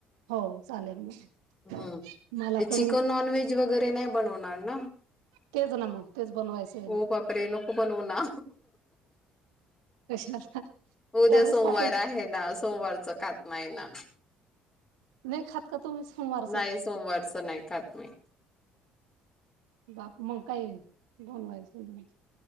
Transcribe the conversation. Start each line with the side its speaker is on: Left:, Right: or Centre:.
Right: हो चालेल मग
Left: हम्म
Right: मला
Left: ते
Right: पण
Left: चिकन नॉन व्हेज वगैरे नाही बनवणार ना
Right: तेच ना मग तेच बनवायचं आहे
Left: हो
Right: ना.
Left: बापरे नको ना
Right: कशाला
Left: उद्या
Right: त्याच्यासाठी
Left: सोमवार आहे ना सोमवारच खात नाही ना.
Right: नाही खात. का तुम्ही सोमवारचं
Left: नाही सोमवारचं नाही खात मी. <inaudible>
Right: बाप मग काय बनवायचं? बनवायचं